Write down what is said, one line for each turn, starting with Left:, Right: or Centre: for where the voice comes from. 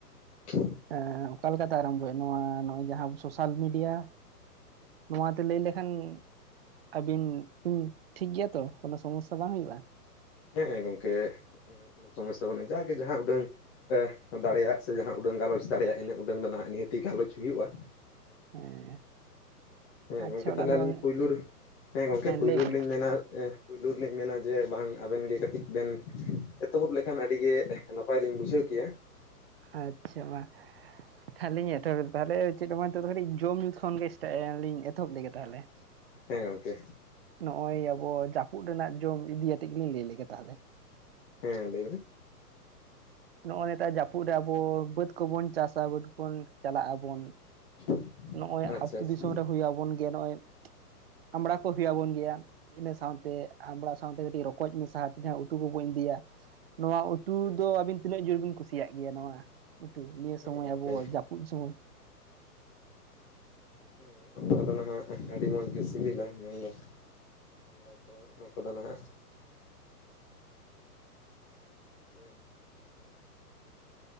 Left: <inaudible>
Right: ᱮᱸ ᱚᱠᱟ ᱞᱮᱠᱟᱛᱮ ᱟᱨᱟᱢᱵᱚᱭ ᱦᱩᱭᱩᱜ-ᱟ? ᱱᱚᱣᱟ ᱱᱚᱜ-ᱚᱭ ᱡᱟᱦᱟᱸ ᱥᱳᱥᱟᱞ ᱢᱤᱰᱤᱭᱟᱼᱼ ᱱᱚᱣᱟᱛᱮ ᱞᱟᱹᱭ ᱞᱮᱠᱷᱟᱱᱻ ᱟᱹᱵᱤᱱ ᱵᱤᱱ ᱴᱷᱤᱠ ᱜᱮᱭᱟ ᱛᱚ ᱠᱳᱱᱚ ᱥᱚᱢᱚᱥᱥᱟ ᱵᱟᱝ ᱦᱩᱭᱩᱜ-ᱟ?
Left: ᱦᱮᱸ ᱜᱚᱝᱠᱮ ᱠᱳᱱᱳ ᱥᱚᱢᱚᱥᱥᱟ ᱵᱟᱹᱱᱩᱜ-ᱟ ᱡᱟ ᱜᱮ ᱡᱟᱦᱟᱸ ᱩᱰᱟᱹᱝᱼᱼ ᱦᱮᱸ ᱫᱟᱲᱮᱭᱟᱜ ᱥᱮ ᱡᱟᱦᱟᱸ ᱩᱰᱟᱹᱝ ᱜᱟᱞᱚᱪ ᱫᱟᱲᱮᱭᱟᱜ ᱤᱱᱟᱹᱜ ᱩᱰᱟᱹᱝ ᱫᱚ ᱱᱷᱟᱜ ᱱᱤᱦᱟᱹᱛᱤ ᱜᱟᱞᱚᱪ ᱦᱩᱭᱩᱜ-ᱟ᱾
Right: ᱦᱮᱸ
Left: ᱦᱮᱸ
Right: ᱟᱪᱪᱷᱟ
Left: ᱜᱚᱝᱠᱮ ᱛᱟᱦᱚᱞᱮ
Right: ᱚᱱᱟ ᱫᱚ
Left: ᱟᱹᱞᱤᱧ
Right: ᱵᱟᱝ
Left: ᱯᱳᱭᱞᱩᱨ ᱦᱮᱸ ᱜᱚᱢᱠᱮ ᱯᱳᱭᱞᱳ
Right: ᱞᱟᱹᱭ ᱵᱤᱱ
Left: ᱨᱮᱞᱤᱧ ᱢᱮᱱᱟ ᱮᱸ ᱼᱼ ᱯᱩᱭᱞᱳ ᱨᱮᱞᱤᱧ ᱢᱮᱱᱟ ᱡᱮ ᱵᱟᱝ ᱟᱵᱮᱱ ᱜᱮ ᱠᱟᱹᱴᱤᱡ ᱵᱮᱱ ᱮᱛᱚᱦᱚᱵ ᱞᱮᱠᱷᱟᱱ ᱟᱹᱰᱤᱜᱮ ᱱᱟᱯᱟᱭᱼᱼ ᱱᱟᱯᱟᱭ ᱞᱤᱧ ᱵᱩᱡᱷᱟᱹᱣ ᱠᱮᱭᱟ᱾
Right: ᱟᱪᱪᱷᱟ ᱢᱟ, ᱟᱞᱤᱧ ᱮᱛᱚᱦᱚᱵ ᱞᱮᱫᱟ ᱛᱟᱦᱚᱞᱮ ᱪᱮᱫ ᱦᱚᱸ ᱵᱟᱝ ᱱᱤᱛᱚᱜ-ᱫᱚ ᱠᱟᱹᱴᱤᱡ ᱡᱚᱢ-ᱧᱩ ᱠᱷᱚᱱᱜᱮ ᱠᱟᱹᱴᱤᱡ ᱞᱤᱧ ᱮᱛᱚᱦᱚᱵ ᱞᱮᱜᱮ ᱛᱟᱦᱚᱞᱮ᱾ <inaudible>
Left: ᱦᱮᱸ ᱜᱚᱝᱠᱮ
Right: ᱱᱚᱜ-ᱚᱭ ᱟᱵᱚ ᱡᱟᱹᱯᱩᱫ ᱨᱮᱱᱟᱜ ᱡᱚᱢ ᱤᱫᱤ ᱟᱛᱮᱜ ᱜᱮᱞᱤᱧ ᱞᱟᱹᱭ ᱞᱮᱜᱮ ᱛᱟᱦᱮᱞᱮ᱾
Left: ᱦᱮᱸ ᱞᱟᱹᱭ ᱢᱮ
Right: ᱱᱚᱜ-ᱚᱭ ᱱᱮᱛᱟᱨ ᱡᱟᱹᱯᱩᱫ ᱨᱮ ᱟᱵᱚ ᱵᱟᱹᱫᱽ ᱠᱚᱵᱚᱱ ᱪᱟᱥᱟ, ᱵᱟᱹᱫ ᱠᱚᱵᱚᱱ ᱪᱟᱞᱟᱜ ᱟᱵᱚᱱᱼᱼ
Left: <inaudible>
Right: ᱱᱚᱜ-ᱚᱭ
Left: ᱟᱪᱪᱷᱟ
Right: ᱟᱛᱳ
Left: ᱟᱪᱪᱷᱟ
Right: ᱫᱤᱥᱚᱢ ᱨᱮ ᱦᱩᱭ ᱟᱵᱚᱱ ᱜᱮᱭᱟ ᱱᱚᱜ-ᱚᱭ ᱟᱢᱲᱟ ᱠᱚ ᱦᱩᱭ ᱟᱵᱚᱱ ᱜᱮᱭᱟ᱾ ᱤᱱᱟᱹ ᱥᱟᱸᱣᱛᱮ ᱟᱢᱲᱟ ᱥᱟᱸᱣᱛᱮ ᱠᱟᱹᱴᱤᱡ ᱨᱚᱠᱚᱡ ᱢᱮᱥᱟᱛᱮ ᱡᱟᱦᱟᱸ ᱩᱛᱩ ᱠᱚᱵᱚᱱ ᱤᱫᱤᱭᱟ᱾ ᱱᱚᱣᱟ ᱩᱛᱼᱼ ᱩᱛᱩ
Left: ᱦᱮᱸ
Right: ᱫᱚ ᱟᱹᱵᱤᱱ ᱛᱤᱱᱟᱹᱜ ᱡᱳᱨ ᱵᱤᱱ ᱠᱩᱥᱤᱭᱟᱜ ᱜᱮᱭᱟ? ᱱᱚᱣᱟ ᱩᱛᱩ ᱱᱤᱭᱟᱹ
Left: ᱦᱮᱸ
Right: ᱥᱳᱢᱚᱭ
Left: ᱜᱚᱝᱠᱮ
Right: ᱟᱵᱚ ᱡᱟᱹᱯᱩᱫ ᱥᱳᱢᱚᱭ᱾
Left: ᱦᱮᱸ ᱟᱢᱲᱟ ᱫᱚ ᱱᱷᱟᱜ ᱟᱹᱰᱤ ᱢᱚᱡᱽ ᱜᱮ ᱥᱤᱵᱤᱞᱟ, ᱢᱮᱱᱫᱚᱼᱼ ᱟᱢᱲᱟ ᱠᱚ ᱚᱱᱟ ᱠᱚᱫᱚ ᱱᱷᱟᱜ ᱦᱮᱸᱼᱼ